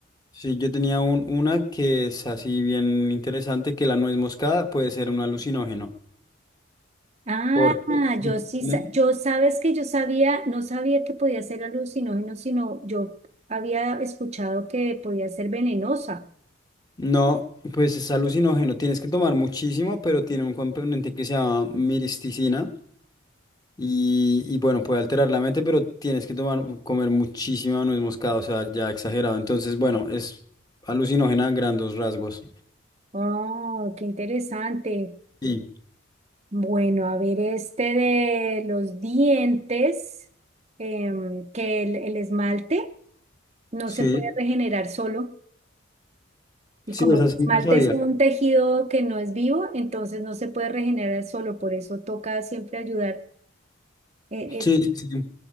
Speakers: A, on the left; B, on the right.
A: sí, yo tenía un- una que es así bien interesante, que la nuez moscada puede ser un alucinógeno.
B: Ah,
A: Porque contiene-
B: yo sí, sa- yo sabes que yo sabía, no sabía que podía ser alucinógeno, sino yo había escuchado que podía ser venenosa.
A: no, pues es alucinógeno, tienes que tomar muchísimo, pero tiene un componente que se llama miristicina. Y, y bueno, puede alterar la mente, pero tienes que tomar, comer muchísima nuez moscada, o sea, ya exagerado. Entonces, bueno, es alucinógena a grandes rasgos.
B: Oh, qué interesante.
A: Sí,
B: Bueno, a ver, este de los dientes, em, que el el esmalte no
A: sí,
B: se puede regenerar solo. Y
A: sí,
B: como
A: esa
B: el
A: sí
B: esmalte
A: me la sabía.
B: es un tejido que no es vivo, entonces no se puede regenerar solo, por eso toca siempre ayudar. eh,
A: Sí,
B: eh,
A: sí, sí,